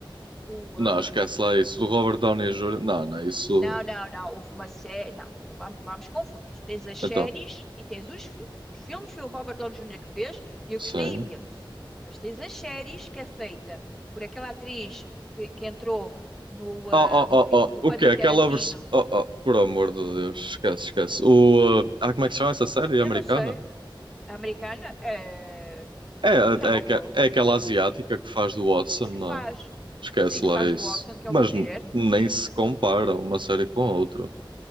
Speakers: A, in the centre; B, on the right.
A: o
B: Não,
A: ahm,
B: esquece lá isso. Do Robert Downey Jr. Não, não, isso.
A: Não, não, não. Houve uma série. Não, não vamos, vamos confundir isto. Tens as séries
B: Então,
A: e tens os filmes. Os filmes foi o Robert Downey Jr. que fez e eu
B: sim.
A: gostei imenso. Mas tens as séries que é feita por aquela atriz eh, que, que entrou no, ah,
B: Oh, oh,
A: no
B: oh,
A: filme
B: oh.
A: do Quentin
B: O quê? Aquela
A: Tarantino.
B: versão. Oh, oh, por amor de Deus, esquece, esquece. O, uh, Ah, como é que se chama essa série
A: Eu
B: americana?
A: não sei. A americana? É.
B: É, é,
A: Sherlock
B: é aque-
A: Holmes.
B: é aquela asiática que faz do Watson,
A: A
B: não
A: que faz.
B: é? Esquece
A: Sim, que
B: lá
A: faz
B: isso.
A: do Watson, que
B: Mas
A: é uma mulher.
B: n- nem
A: Sim.
B: se compara uma série com a outra.